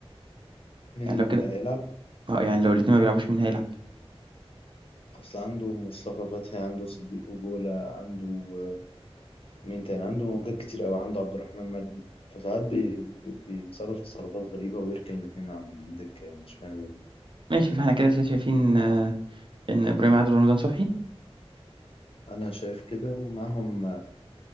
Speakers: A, on the left; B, on the right.
A: مين
B: يعني
A: اللي
B: لو كده
A: هيلعب؟
B: آه، يعني لو الاتنين ما بيلعبوش مين هيلعب
A: أصل عنده مصطفى فتحي عنده صديق أجولة عنده مين تاني عنده موجات كتير قوي عنده عبد الرحمن مجدي فساعات بي... بي- بيتصرف تصرفات غريبة ويركن الاتنين على الدكة يعني مش فاهم ليه
B: ماشي فاحنا كده شايفين آه، ان ابراهيم عادل ورمضان صبحي
A: أنا شايف كده ومعاهم